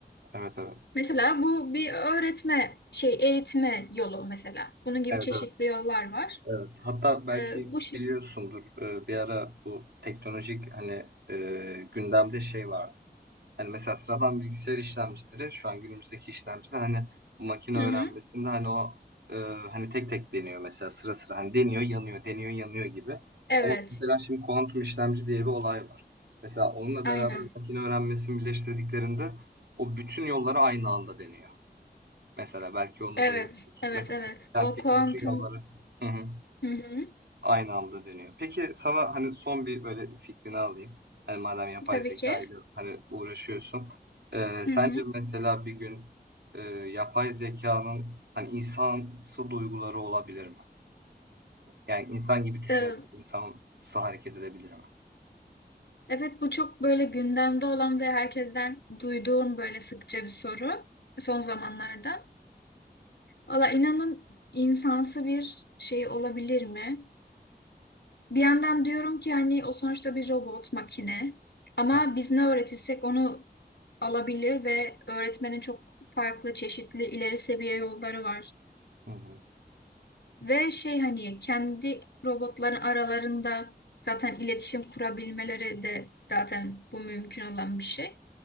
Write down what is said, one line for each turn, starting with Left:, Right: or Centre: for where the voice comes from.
Right: Evet, evet.
Left: Mesela bu bir öğretme şey eğitme yolu mesela. Bunun gibi
Right: Evet,
Left: çeşitli
Right: evet,
Left: yollar var.
Right: evet. Hatta belki
Left: Ee, bu şey.
Right: biliyorsundur, eee, bir ara bu teknolojik hani, eee, gündemde şey vardı. Hani mesela sıradan bilgisayar işlemcileri şu an günümüzdeki işlemciler hani bu makine
Left: Hı
Right: öğrenmesinde
Left: hı.
Right: hani o, eee, hani tek tek deniyor mesela sıra sıra hani deniyor yanıyor, deniyor yanıyor gibi.
Left: Evet.
Right: Ama mesela şimdi kuantum işlemci diye bir olay var. Mesela onunla
Left: Aynen.
Right: beraber makine öğrenmesini birleştirdiklerinde o bütün yolları aynı anda deniyor. Mesela belki onu
Left: Evet,
Right: duymuşsunuz.
Left: evet,
Right: Mesela
Left: evet.
Right: kentteki
Left: O kuantum,
Right: bütün yolları Hı hı.
Left: hı hı,
Right: Aynı anda dönüyor. Peki sana hani son bir böyle fikrini alayım. Hani madem yapay
Left: tabii
Right: zeka
Left: ki.
Right: ile hani uğraşıyorsun. Ee, sence
Left: Hı hı.
Right: mesela bir gün e, yapay zekanın hani insansı duyguları olabilir mi? Yani insan gibi düşünebilir,
Left: Ee,
Right: insansı hareket edebilir mi?
Left: evet, bu çok böyle gündemde olan ve herkesten duyduğum böyle sıkça bir soru son zamanlarda. Valla inanın insansı bir şey olabilir mi? Bir yandan diyorum ki hani o sonuçta bir robot, makine. Ama
Right: Hı hı.
Left: biz ne öğretirsek onu alabilir ve öğretmenin çok farklı, çeşitli, ileri seviye yolları var.
Right: Hı hı.
Left: Ve şey hani kendi robotların aralarında zaten iletişim kurabilmeleri de zaten bu mümkün olan bir şey.